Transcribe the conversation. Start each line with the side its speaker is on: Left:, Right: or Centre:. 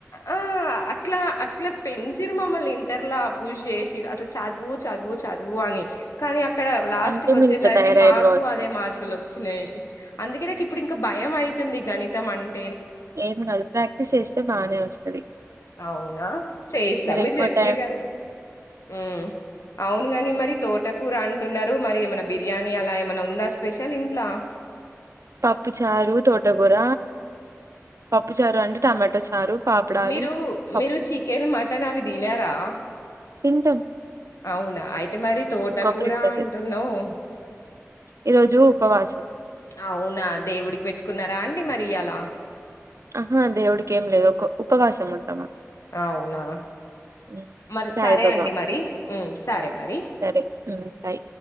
Left: ఆ అట్లా అట్లా పెంచిరు మమ్మల్ని ఇంటర్ల పుష్ చేసిరు అసలు చదువు చదువు చదువు అని కానీ అక్కడ లాస్ట్కు
Right: అందుకే
Left: వచ్చేసరికి
Right: మీరు ఇట్లా తయారయ్యారు
Left: మాకు
Right: కావచ్చు.
Left: అదే మార్కులు వచ్చినాయి అందుకే నాకు ఇప్పుడు ఇంకా భయం అవుతుంది గణితం అంటే
Right: ఏం కాదు ప్రాక్టీస్ చేస్తే బానే వస్తంది
Left: అవునా చేయిస్తా మీరు
Right: ఎక్కువ
Left: చెప్పిరు
Right: టైం
Left: కదా హ్మ్ అవును కాన్ మరి తోటకూర అంటున్నారు మరి ఏమైనా బిర్యానీ అలా ఏమైన్నా ఉందా స్పెషల్ ఇంట్లా
Right: పప్పు చారు తోటకూర పప్పు చారు అంటే టమాటా చారు పాపడాలు
Left: మీరు
Right: పప్
Left: మీరు చికెన్ మటన్ అవి తినారా
Right: తింటం
Left: అవునా అయితే మరి తోటకూర
Right: ప్రిఫర్
Left: అంటున్నావు
Right: ఈ రోజు ఉపవాసం
Left: అవునా దేవుడికి పెట్ కున్నారా అండి మరి ఇలా
Right: ఆహా దేవుడికి ఏం లేదు ఒక ఉపవాసం ఉంటుంది
Left: అవునా
Right: ఉమ్.
Left: మరి
Right: సాయిబాబా
Left: సరే అండి మరి సరే మరి
Right: సరే బాయ్